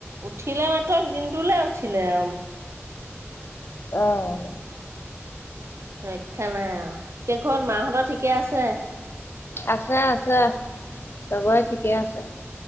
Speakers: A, on the right; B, on the left.
A: উঠিলে মাত্ৰক দিনটোলে উঠিলে আও
B: অহ
A: ৰক্ষা নাই আও এতিয়া ঘৰত মাহঁতৰ ঠিকে আছে
B: আছে আছে চাবই ঠিকে আছে,
A: অ